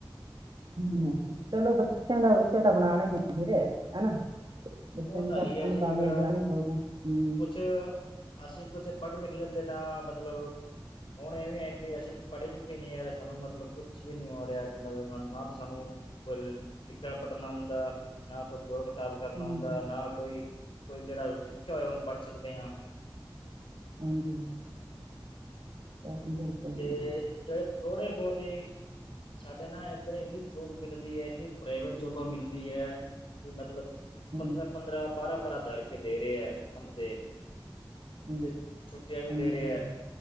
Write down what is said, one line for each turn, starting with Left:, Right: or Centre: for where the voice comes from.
Right: ਚਲੋ, ਬੱਚੇ ਦਾ ਭਵਸ਼ ਤਾਂ ਬਣਾਣਾ ਹੀ ਐ ਵੀਰੇ ਹੈਨਾ। ਬੱਚਿਆਂ
Left: ਉਹ
Right: ਨੂੰ ਤਾਂ
Left: ਹੀ
Right: ਆਪਾਂ
Left: ਹੈ ਜੀ
Right: ਨੂੰ ਕਾਮਯਾਬ
Left: ਮਗਰ
Right: ਬਣਾਣਾ ਹੀ ਪਊਗਾ, ਹੂੰ।
Left: ਕੁਛ ਅਸੀਂ ਕੁਝ ਪੜ੍ਹ ਲਿਖ ਲੈਂਦੇ ਤਾਂ ਮਤਲਬ ਹੁਣ ਇਹ ਵੀ ਹੈ ਕਿ ਅਸੀਂ ਪੜੇ ਲਿਖੇ ਨਹੀਂ ਆ ਤੇ ਸਾਨੂੰ ਮਤਲਬ ਕੁਛ ਵੀ ਨਹੀਂ ਹੋ ਰਿਹਾ ਕਿ ਮਤਲਬ ਨਾ ਤਾਂ ਸਾਨੂੰ ਪਰ ਲਿਖਣਾ, ਪੜਨਾ ਆਉਂਦਾ। ਨਾ ਕੋਈ ਜੋੜ ਖਟਾਵ ਕਰਨਾ
Right: ਹਾਂਜੀ
Left: ਹੁੰਦਾ ਨਾ ਕੋਈ ਕੋਈ ਜਿਹੜਾ ਲਿਖਿਆ ਹੋਇਆ ਉਹਨੂੰ ਪੜ੍ਹ ਸਕਦੇ ਹ
Right: ਹਾਂਜੀ, ਆਹੀ ਗੱਲ ਸਹੀ
Left: ਤੇ
Right: ਹੈ ਜੀ
Left: ਜਿਹੜੇ ਥੋੜੇ ਬਹੁਤੇ ਸਾਡੇ ਨਾ ਇੱਧਰ ਇੰਨੀ ਜੋਬ ਮਿਲਦੀ ਏ, ਇੰਨੀ ਪ੍ਰਾਈਵੇਟ ਜੋਬਾਂ ਮਿਲਦੀ ਐ ਮਤਲਬ
Right: ਹਾਂ,
Left: ਪੰਦਰਾਂ ਪੰਦਰਾਂ, ਬਾਹਰਾ-ਬਾਹਰਾ ਹਜ਼ਾਰ ਰੁਪਏ ਦੇ ਰਹੇ ਆ ਮੰਥ ਦੇ।
Right: ਹਾਂ,
Left: ਤੇ ਛੁੱਟੀਆਂ ਵੀ
Right: ਹਾਂਜੀ
Left: ਦੇ ਰਿਹਾ।